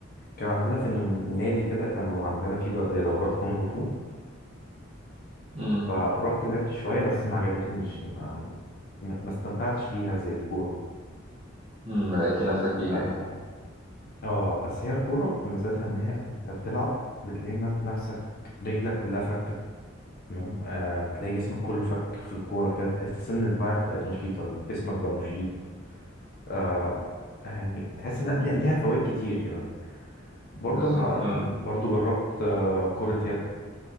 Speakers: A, on the left; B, on the right.
A: كان عندنا في النادي كده كانوا عندنا في دو- زي دورات كونغ فو
B: امم
A: فروحت لعبت شوية بس ما عجبتنيش ما, ما ما استمتعتش بيها زي الكورة
B: امم ما لقيتش نفسك فيها
A: آه,
B: يعني
A: آه بس هي الكورة ميزتها إن هي أنت بتلعب بتلاقي نف- نفسك رجلك كلها فكت تمام آه بتلاقي جسمك كله فك في الكورة كده تحس إن دماغك بقت نشيطة جسمك بقى نشيط آه يعني تحس إن ليها ليها فوائد كتير كده برضه
B: بالظبط
A: أنا برضه جربت آه كرة يد